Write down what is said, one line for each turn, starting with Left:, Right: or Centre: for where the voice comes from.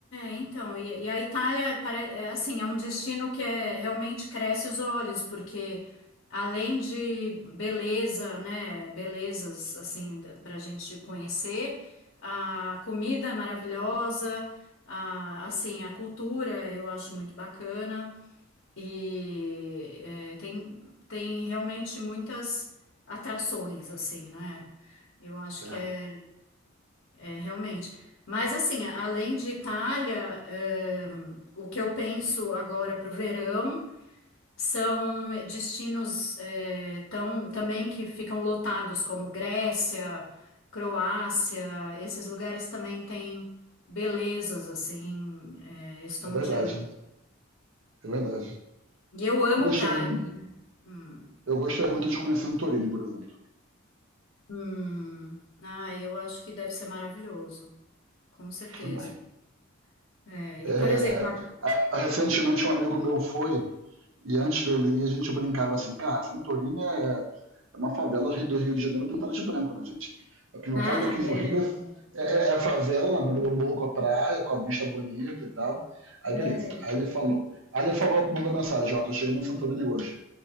Left: então, e, e a Itália pare- é assim, é um destino que é, realmente cresce os olhos, porque além de beleza, né, belezas assim para a gente conhecer, a comida é maravilhosa, a, assim, a cultura eu acho muito bacana. E é, tem, tem realmente muitas atrações, assim, né? Eu acho
Right: É.
Left: que é, é realmente. Mas, assim, além de Itália, é, o que eu penso agora para o verão são destinos é, tão, também que ficam lotados, como Grécia, Croácia, esses lugares também têm belezas, assim, é, estonteantes.
Right: É verdade, é verdade.
Left: E eu amo
Right: Eu gostaria,
Left: praia.
Right: mu-
Left: Hum.
Right: eu gostaria muito de conhecer Santorini, por exemplo,
Left: Hum, ah, eu acho que deve ser maravilhoso, com certeza.
Right: também.
Left: É,
Right: É,
Left: e, por exemplo, a-
Right: a- a- recentemente um amigo meu foi, e antes dele ir, a gente brincava assim, cara, Santorini é, é uma favela do Rio de Janeiro pintada de branco, né, gente? O que não
Left: <laughs> ah,
Right: falta aqui
Left: é,
Right: no Rio é, é, é a favela na beira do morro com a praia, com a vista bonita e tal. Aí
Left: é.
Right: beleza. Aí ele falou, aí ele falou, mandou mensagem, ó, tô chegando em Santorini hoje.